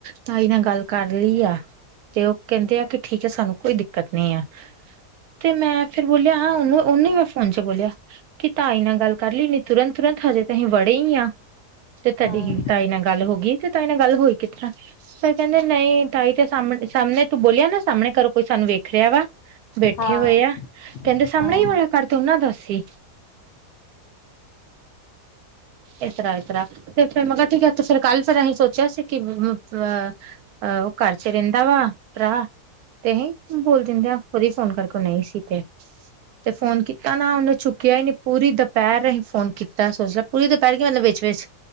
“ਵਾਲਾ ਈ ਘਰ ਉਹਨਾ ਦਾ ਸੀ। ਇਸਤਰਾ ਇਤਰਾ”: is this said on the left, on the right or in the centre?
Right